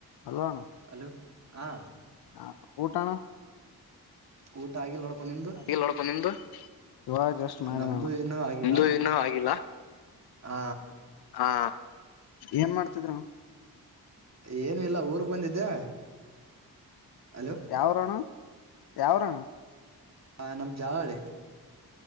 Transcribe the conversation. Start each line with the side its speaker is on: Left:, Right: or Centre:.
Left: Hello
Right: hello ಹಾ
Left: ಹ ಊಟ ಅಣ್ಣ
Right: ಊಟ ಆಗಿಲ್ಲ ನೋಡಪ ನಿಮ್ದು
Left: ಹಾಗಲ್ಲ ನೋಡಪ ನಿಮ್ದು ಇವಾಗ ಜಸ್ಟ್ ಮಾಡಿದೆ
Right: ನಮ್ದು
Left: ಅಣ್ಣ
Right: ಇನ್ನೂ ಆಗಿಲ್ಲ
Left: ನಿಂದು ಇನ್ನೂ ಆಗಿಲ್ಲ
Right: ಹ
Left: ಹ ಏನ್ ಮಾಡ್ತಿದ್ರು ಅಣ್ಣ
Right: ಏನು ಇಲ್ಲ ಊರ್ಗ್ ಬಂದಿದ್ದೆ ಅಲೋ
Left: ಯಾವ್ರಣ್ಣ ಯಾವ್ರಣ್ಣ
Right: ಆ ನಮ್ ಜಾಳೆ ಜಾಲಲಿ